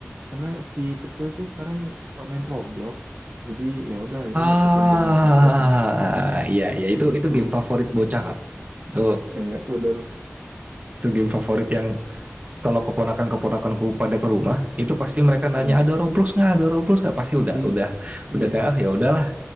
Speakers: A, on the right (about 50°); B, on the right (about 35°).
A: karena si kecil tuh sekarang suka main Roblox. Jadi ya udah akhirnya
B: Ah,
A: ngikutin dia main Roblox kan
B: iya iya
A: kayak
B: itu
A: gitu.
B: itu game favorit bocah Kak. Itu
A: Eh, ya bener.
B: itu game favorit yang kalau keponakan-keponakanku pada ke rumah, itu pasti mereka nanya
A: Hmm,
B: ada Roblox nggak, ada Roblox nggak, pasti udah
A: hmm,
B: udah
A: hmm,
B: udah
A: ya.
B: kayak "Ah, ya udahlah.